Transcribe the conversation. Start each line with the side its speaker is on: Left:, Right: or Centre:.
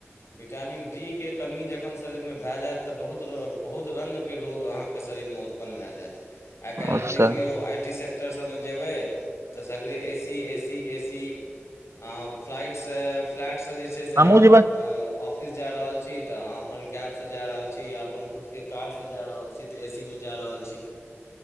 Left: ह <unintelligible> विटामिन-डी के कमी जखन शरीरमे भए जायत तऽ बहुत, बहुत रो बहुत रंगके रोग अहाँके शरीरमे उत् पन भए जायत आइ काल्हि
Right: अच्छा
Left: देखलियौ आइ टी सेक्टर सबमे जेबै तऽ सगरे एसी, एसी, एसी अं फ्लाइटसँ फ्लैटसँ जे छै से
Right: हमहुँ
Left: अहाँ
Right: जेबै
Left: ऑफिस जा रहल छी तऽ अहाॅं अपन कैब से जा रहल छी या अपन खुदके कार से जा रहल छी त एसीमे जा रहल छी